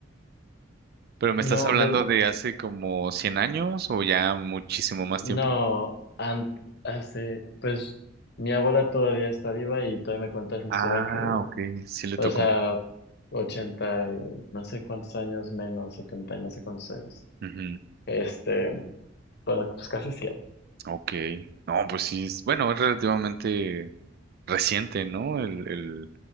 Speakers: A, on the right (about 50°); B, on the left (about 55°).
A: Pero me
B: no,
A: estás hablando
B: de,
A: de hace como 100 años o ya muchísimo más
B: no,
A: tiempo.
B: an- hace, pues, mi abuela todavía está viva y todavía me cuenta esa historia
A: Ah,
B: que
A: ok, sí le
B: O
A: tocó.
B: sea, 80 y no sé cuántos años menos, 70 y no sé cuántos años.
A: Ujú.
B: Este, bueno, pues casi cien
A: Ok. No, pues sí, es, bueno, es relativamente reciente, ¿no? El, el,